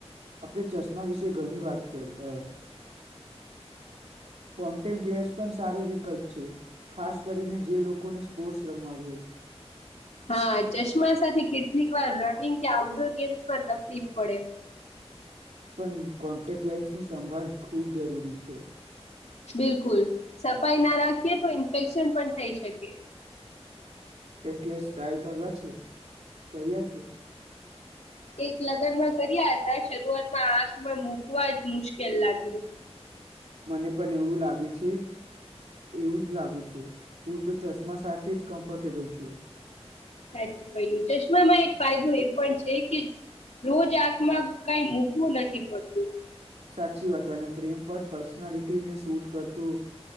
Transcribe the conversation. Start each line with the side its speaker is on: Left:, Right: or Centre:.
Right: આપણે ચશ્મા વિશે ઘણી વાત કરી, કોન્ટેક્ટ લેન્સ પણ સારો વિકલ્પ છે, ખાસ કરીને જે લોકોને સ્પોર્ટ્સ રમવા જ હોય.
Left: હા, ચશ્મા સાથે કેટલીક વાર રનિંગ, કે આઉટડોર ગેમ્સમાં તકલીફ પડે.
Right: પણ કોન્ટેક્ટ લેન્સની, સંભાળ ખૂબ જરૂરી છે.
Left: બિલકુલ, સફાઈ ના રાખીએ, તો ઇન્ફેક્શન પણ થઈ, શકે.
Right: કે સ્ટીલે કરવા છે. કર્યા છે.
Left: એક લગ્નમાં કર્યા હતા, શરૂઆતમાં આંખમાં મુૂકવા, જ મુશ્કેલ લાગ્યું.
Right: મને પણ એવું લાગે છે, એવુંજ લાગે છે, હું તો ચશ્મા સાથે જ કમ્ફર્ટેબલ છું.
Left: સાચું કહ્યું, ચશ્મામાં એક ફાયદો એ પણ છે, કે રોજ આંખમાં કઈ મૂકવું નથી, પડતું.
Right: સાચી વાત, અને ફ્રેમ પર પર્સનાલિટીને શૂટ, કરતો